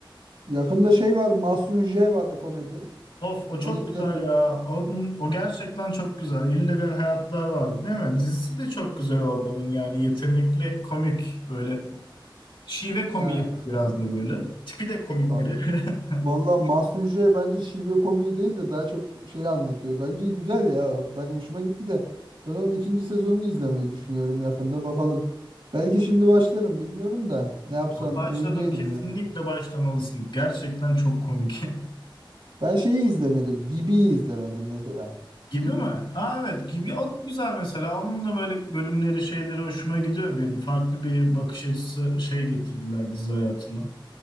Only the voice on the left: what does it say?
Of
o çok
güzel ya. O, o gerçekten çok güzel. İllegal Hayatlar vardı değil mi? Dizisi de çok güzel o adamın yani yetenekli komik böyle. Şive komiği
biraz da böyle. Tipi de komik
biri. <laughs>
Ben başladım.
Kesinlikle
başlamalısın. Gerçekten çok komik. <laughs>
Gibi
mi? Aa evet gibi. O da güzel mesela. Onun da böyle bölümleri şeyleri hoşuma gidiyor benim. Farklı bir bakış açısı şey getirdiler dizi hayatına.